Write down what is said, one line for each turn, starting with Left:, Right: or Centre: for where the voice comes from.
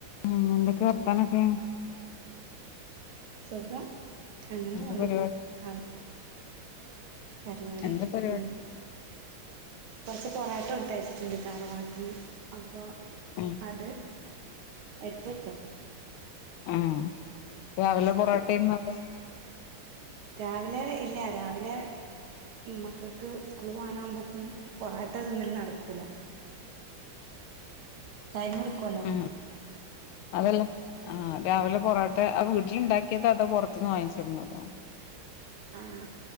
Left: ഉം എന്തൊക്കെ വർത്താനൊക്കെ
Right: സുഖം അങ്ങനെ
Left: എന്ത
Right: പോണു
Left: പരിപാടി
Right: ആഹ് പരിപാടി
Left: എന്താ പരിപാടി
Right: ഞാൻ കൊറച്ച് പൊറാട്ട കൊടുത്ത് അയച്ചിട്ടുണ്ട് താറവാട്ടിന്ന് അപ്പോ
Left: ഉം
Right: അത് എടുത്ത് വക്കാ
Left: ആഹ് രാവിലെ പൊറോട്ടയാന്നു അവിടെ
Right: രാവിലെ ഇല്ല രാവിലെ മക്കക്ക് സ്കൂള് പോവാനാവുമ്പോക്കും പൊറാട്ട തിന്നല് നടക്കൂല ടൈം എടുക്കുവല്ലോ
Left: ഉം അതല്ല ആ രാവിലെ പൊറോട്ട ആ ഇജ്ജ് ണ്ടാക്കിയതോ അതോ പൊറത്ത്ന്ന് വാങ്ങിച്ച് കൊണ്ടുവന്നതോ
Right: ആഹ്